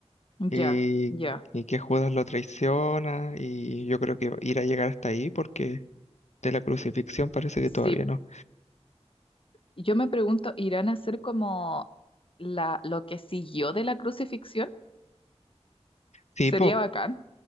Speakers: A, on the left (about 85°); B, on the left (about 50°).
A: Y,
B: ya, ya.
A: y que Judas lo traiciona y yo creo que irá a llegar hasta ahí porque de la crucifixión parece que
B: Sí,
A: todavía no.
B: yo me pregunto, ¿irán a hacer como la, lo que siguió de la crucifixión?
A: Sí,
B: Sería
A: po-
B: bacán,